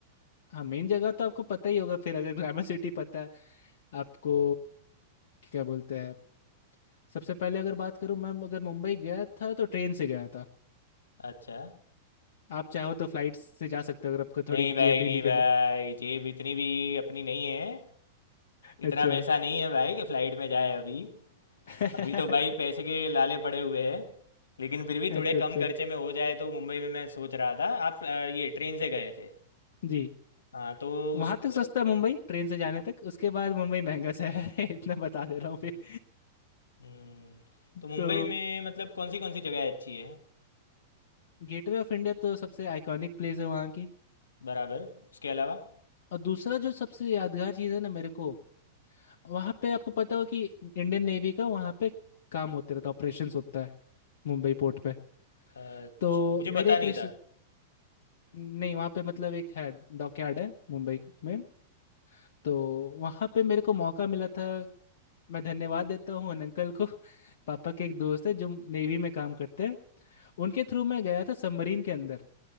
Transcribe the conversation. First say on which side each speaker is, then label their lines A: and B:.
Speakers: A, on the left; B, on the left.
A: हाँ मेन जगह तो आपको पता ही होगा फिर अगर ग्लैमर सिटी पता है आपको क्या बोलते हैं सबसे पहले अगर बात करूँ मैं अगर मुंबई गया था तो ट्रेन से गया था
B: अच्छा
A: आप चाहो तो फ्लाइट से जा सकते हो अगर आपको
B: नहीं
A: थोड़ी जेब
B: भाई
A: ढीली
B: नहीं
A: करनी
B: भाई जेब इतनी भी अपनी नहीं है
A: अच्छा
B: इतना पैसा नहीं है भाई कि फ्लाइट में जाए अभी
A: <laughs> अच्छा
B: अभी तो भाई पैसे के लाले पड़े हुए हैं लेकिन फिर भी
A: अच्छा
B: थोड़े कम खर्चे में हो जाए तो मुंबई में मैं सोच रहा था आप अ, ये ट्रेन से गए थे
A: जी
B: हाँ तो
A: वहाँ
B: उस
A: तक
B: उधर
A: सस्ता है मुंबई ट्रेन से जाने तक उसके बाद मुंबई महंगा शहर है <laughs> इतना बता दे रहा हूँ
B: हम्म,
A: फिर
B: हम्म, तो मुंबई
A: तो
B: में मतलब कौन सी कौन सी जगह अच्छी है
A: गेटवे ऑफ इंडिया तो सबसे आइकॉनिक प्लेस है वहाँ की
B: बराबर उसके अलावा
A: और दूसरा जो सबसे यादगार चीज़ है ना मेरे को वहां पे आपको पता हो कि इंडियन नेवी का वहां पे काम होते रहता है ऑपरेशंस होता है मुंबई पोर्ट पे
B: अच्छा
A: तो
B: मुझे
A: मेरे
B: पता
A: एक
B: नहीं
A: रिश्ते
B: था
A: नहीं वहां पे मतलब एक है डॉकयार्ड है मुंबई में तो वहां पे मेरे को मौका मिला था मैं धन्यवाद देता हूँ उन अंकल को <laughs> पापा के एक दोस्त है जो नेवी में काम करते हैं उनके थ्रू मैं गया था सबमरीन के अंदर